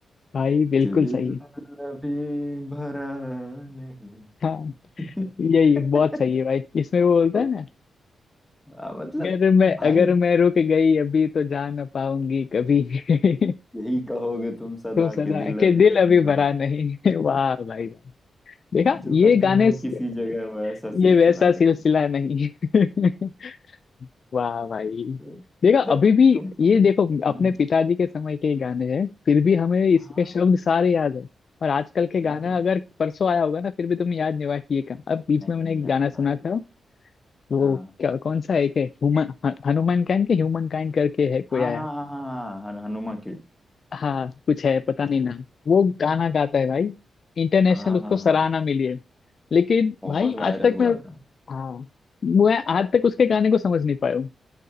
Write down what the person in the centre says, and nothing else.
कि दिल
अभी भरा नहीं
<laughs>
तो,
आ, मतलब
भाई
यही कहोगे तुम सदा
के दिल
अभी
नहीं
भरा
जो
खत्म
हो
किसी जगह वो ऐसा सिलसिला
नहीं
तो,
मतलब
तुम
हम्म
हाँ
याद
है
नहीं
याद
भाई
हाँ
हाँ
हाँ हाँ हाँ हाँ, हनुमा किड
हाँ
बहुत
वायरल
हुआ
था